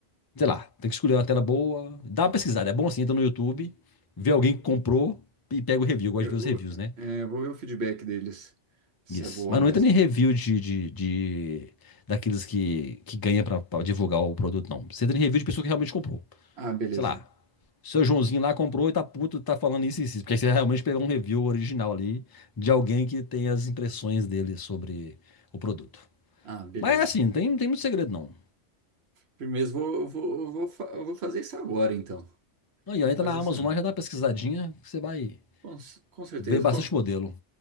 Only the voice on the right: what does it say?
Eu,
eu,
é, vou ver o feedback deles, se
é boa
mesmo.
Ah, beleza.
Ah, beleza.
Primeiro, vou, vou, vou, fa- eu vou fazer isso agora, então.
Fazer
isso agora.
Com, c- com certeza.
Qualquer,